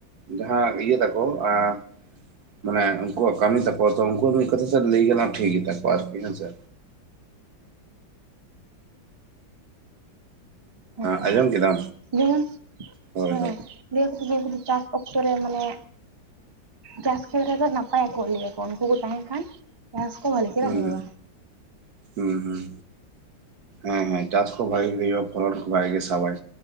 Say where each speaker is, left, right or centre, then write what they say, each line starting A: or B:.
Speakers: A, on the right (about 55°); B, on the right (about 25°).
A: ᱡᱟᱦᱟᱸ ᱤᱭᱟᱹ ᱛᱟᱠᱚ ᱟᱸ ᱢᱟᱱᱮ ᱩᱱᱠᱩᱣᱟᱜ ᱠᱟᱹᱢᱤ ᱛᱟᱠᱚ ᱛᱚ ᱩᱱᱠᱩᱣᱟᱜ ᱢᱤᱫ ᱠᱟᱛᱷᱟ ᱛᱮ ᱞᱟᱹᱭ ᱜᱟᱱᱚᱜᱼᱟ ᱴᱷᱤᱠ ᱜᱮᱛᱟ ᱠᱚᱣᱟ ᱟᱨᱠᱤ ᱦᱮᱸᱥᱮ
B: ᱦᱮᱸ ᱛᱚ
A: ᱟᱸᱡᱚᱢ
B: ᱦᱮᱸ
A: ᱠᱮᱫᱟᱢ
B: ᱡᱮᱢᱚᱱ
A: ᱦᱳᱭ
B: ᱦᱮᱸ
A: ᱦᱳᱭ
B: ᱞᱟᱹᱭ ᱟᱠᱚᱛᱚ ᱡᱮ ᱪᱟᱥ ᱚᱠᱛᱚ ᱨᱮ ᱢᱟᱱᱮ ᱪᱟᱥ ᱠᱷᱮᱛ ᱨᱮᱫᱚ ᱱᱟᱯᱟᱭᱟᱠᱚ ᱞᱟᱹᱭᱟᱠᱚ ᱩᱱᱠᱩ ᱠᱚ ᱛᱟᱦᱮᱱ ᱠᱷᱟᱱ ᱪᱟᱥ ᱠᱚ ᱵᱷᱟᱹᱞᱤ ᱪᱮᱨᱟ
A: ᱦᱩᱸ
B: ᱦᱩᱭᱩᱜᱼᱟ
A: ᱦᱩᱸ ᱦᱩᱸ ᱦᱩᱸ ᱦᱮᱸ ᱦᱮᱸ ᱪᱟᱥ ᱠᱚ ᱵᱷᱟ. ᱜᱤ ᱜᱮ ᱦᱳᱭᱳᱜ ᱯᱷᱚᱱ ᱠᱚ ᱵᱷᱟᱜᱮ ᱜᱮᱭ ᱥᱟᱵᱟᱭ